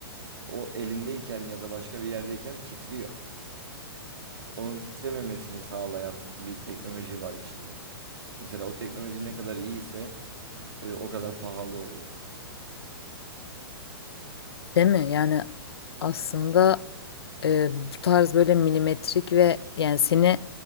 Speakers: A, on the right; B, on the left.
A: O elindeyken ya da başka bir yerdeyken titriyor. Onun titrememesini sağlayan bir teknoloji var içinde. Mesela o teknoloji ne kadar iyiyse e, o kadar pahalı oluyor.
B: Değil mi? Yani aslında e, bu tarz böyle milimetrik ve yani seni